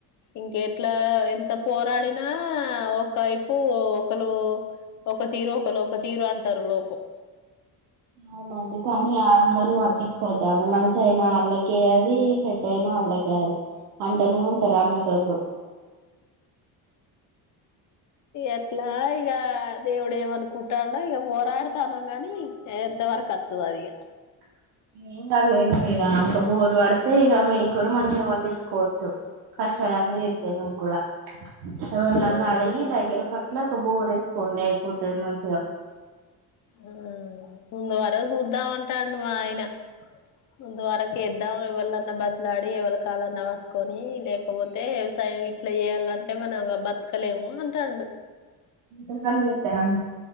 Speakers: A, on the left; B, on the right.
A: ఇంకెట్లా ఎంత పోరాడినా ఒకైపు ఒకరు ఒక తీరోకలు ఒక తీరో అంటారు లోకం
B: అవునండి కని అ అందర్నీ ప ట్టిచ్చుకోద్దండి మంచి అయినా వాళ్ళకే అది చెడైనా వాళ్ళకే అది అంటనే ఉంటారుా అనేటోళ్ళు
A: ఎట్లా ఇగ దేవుడు ఏమనుకుంటాండో ఇగ పోరాడుతానం గాని ఎంతవర కత్తదో అది ఇగ
B: <inaudible> ఏం కాదు లేండి ఇగ ఒక బోరు పడితే ఇగ మీక్కూడా మంచిగా పండిచ్చుకోవచ్చు కష్టలన్ని తిరుతాయి మీక్కూడా ఎవరినన్నా
A: ఆ
B: అడిగి దగ్గర పట్ల ఒక బోర్ ఎస్ కొండై పోతది మంచిగ
A: ఆ ముందు వరకు చూద్దామంటాడు మా ఆయన ముందు వరకు ఇద్దాం ఎవలన్నా బదలాడి ఎవళ కాలన్నా పట్టుకొని లేకపోతే వ్యవసాయం ఇట్లా చేయాలంటే మనం బతకలేము అంటాండు
B: ఇ బందతార